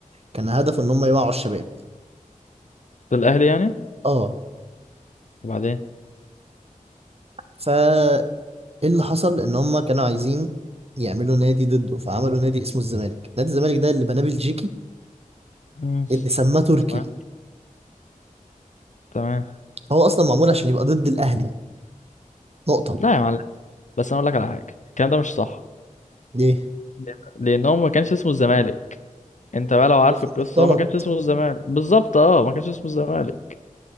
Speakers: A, on the right; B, on the left.
A: كان هدفه ان هم يوعوا الشباب
B: ده الأهلي يعني
A: اه
B: وبعدين
A: فا ايه اللي حصل ان هم كانوا عايزين يعملوا نادي ضده فعملوا نادي اسمه الزمالك نادي الزمالك ده اللي بناه بلجيكي
B: مم.
A: اللي سماه تركي
B: تمام تمام
A: هو اصلا معمول عشان يبقى ضد الاهلي نقطه
B: لا يا معلم بس أنا أقول لك على حاجة الكلام ده مش صح
A: دي
B: ليه بقى؟ لأن هو ما كانش اسمه الزمالك أنت بقى لو عارف
A: اسم
B: القصة
A: مختلط
B: هو ما كانش اسمه الزمالك بالظبط أه ما كانش اسمه الزمالك